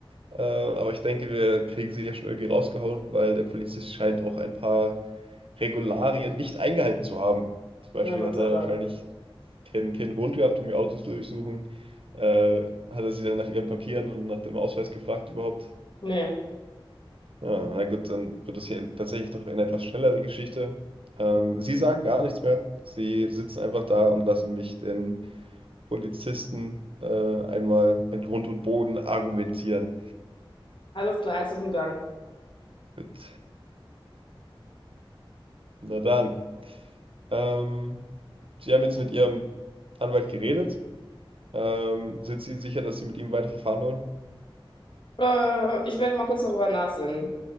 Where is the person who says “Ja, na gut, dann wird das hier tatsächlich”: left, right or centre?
Right